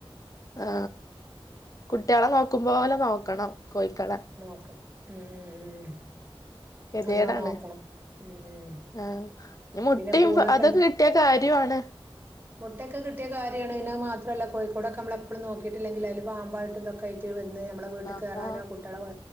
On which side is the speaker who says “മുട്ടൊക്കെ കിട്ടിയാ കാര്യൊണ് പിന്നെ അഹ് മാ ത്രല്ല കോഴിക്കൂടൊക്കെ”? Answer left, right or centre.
Right